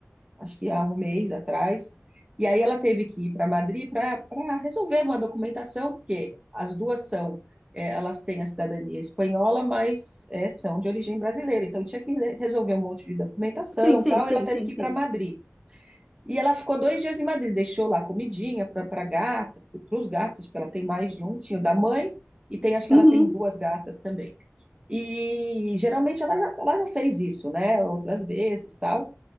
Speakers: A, on the right; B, in the centre.
A: acho que há um mês atrás. E aí ela teve que ir para Madrid para resolver uma documentação, porque as duas são, é, elas têm a cidadania espanhola, mas é, são de origem brasileira. Então tinha que re- resolver um monte de documentação,
B: Sim, sim,
A: e tal.
B: sim,
A: E ela teve
B: sim,
A: que ir
B: sim.
A: para Madrid. E ela ficou dois dias em Madrid, deixou lá comidinha para para gata, para os gatos, porque ela tem mais de um, tinha o da mãe e tem, acho que
B: Uhum.
A: ela tem duas gatas também. E geralmente ela já, ela já fez isso, né? Outras vezes, tal.